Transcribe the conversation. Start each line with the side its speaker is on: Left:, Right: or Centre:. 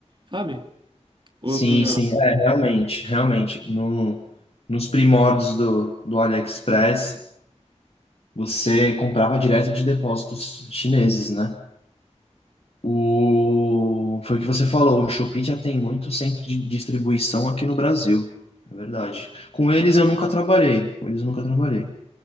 Right: sabe? Ou
Left: sim,
Right: eu tô enganado?
Left: sim, é, realmente, realmente. No, nos primórdios do, do AliExpress, você comprava direto de depósitos chineses, né? O... Foi o que você falou, o Shopee já tem muito centro de distribuição aqui no Brasil, é verdade. Com eles eu nunca trabalhei, com eles eu nunca trabalhei,